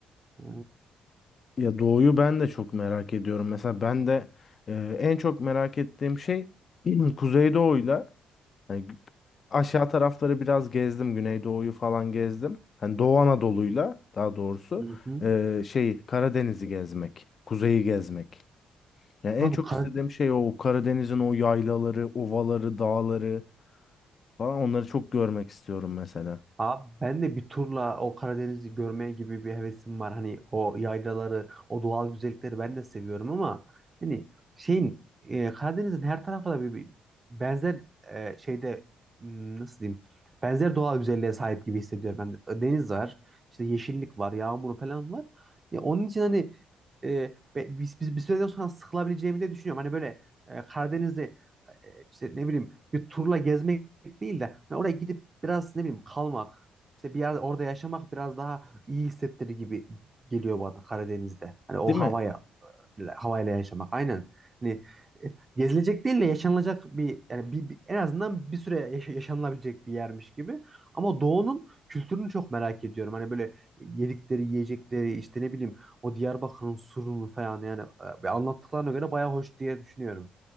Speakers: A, on the right (about 30°); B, on the left (about 45°).
A: E,
B: Ya doğuyu ben de çok merak ediyorum. Mesela ben de e, en çok merak ettiğim şey <clears throat> Kuzeydoğu'yla hani gü- aşağı tarafları biraz gezdim. Güneydoğu'yu falan gezdim. Hani Doğu Anadolu'yla daha doğrusu
A: Hı hı.
B: e, şey Karadeniz'i gezmek, kuzeyi gezmek. Yani en
A: abi
B: çok
A: Kar-
B: istediğim şey o Karadeniz'in o yaylaları, ovaları, dağları falan onları çok görmek istiyorum mesela.
A: Abi ben de bir turla o Karadeniz'i görmeye gibi bir hevesim var. Hani o yaylaları, o doğal güzellikleri ben de seviyorum ama hani şeyin e, Karadeniz'in her tarafı da bir, bir benzer e, şeyde hmm, nasıl diyeyim? Benzer doğal güzelliğe sahip gibi hissediyorum ben. Deniz var, işte yeşillik var, yağmur falan var. Ya onun için hani e, be- biz, biz bir süreden sonra sıkılabileceğimi de düşünüyorum. Hani böyle e, Karadeniz'i e, işte ne bileyim bir turla gezmek değil de hani oraya gidip biraz ne bileyim kalmak işte bir yerde orada yaşamak biraz daha iyi hissettirir gibi geliyor bana Karadeniz'de. Hani o
B: Değil
A: havaya
B: mi?
A: havayla yaşamak aynen. Hani e, gezilecek değil de yaşanılacak bir yani bir, bir- en azından bir süre yaşa- yaşanılabilecek bir yermiş gibi. Ama doğunun kültürünü çok merak ediyorum. Hani böyle yedikleri, yiyecekleri işte ne bileyim o Diyarbakır'ın surunu falan yani e, anlattıklarına göre bayağı hoş diye düşünüyorum.